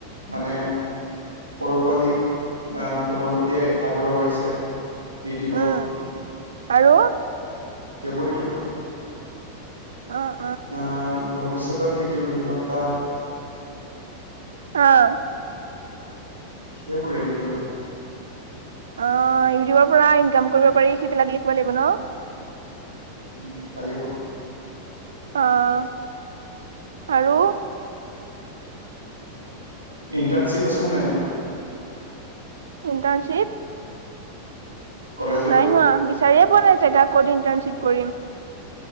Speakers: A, on the right; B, on the right.
A: মানে সৰু পোৱালী ফোনৰ প্ৰতিয়ে আগ্ৰহ বাঢ়িছে ইউটিউবত।
B: উম আৰু
A: এইবোৰ লেখিব।
B: অ'অ'
A: অ' ভৱিষ্যতৰ কৃত্ৰিম বুদ্ধিমত্তা।
B: অ',
A: সেইবোৰেই লিখিব।
B: অ' ইউটিউবৰ পৰা ইনকাম কৰিব পাৰি সেইবিলাক লিখিব লাগিব ন?
A: উম, লাগিব।
B: অহ' আৰু।
A: ইণ্টাৰনশিপ আছেনে নাই?
B: ইণ্টাৰণশিপ
A: কলেজৰ
B: নাই হোৱা বিচাৰিয়ে পোৱা নাই জেগা ক'ত ইণ্টাৰ্ণশ্বিপ কৰিম।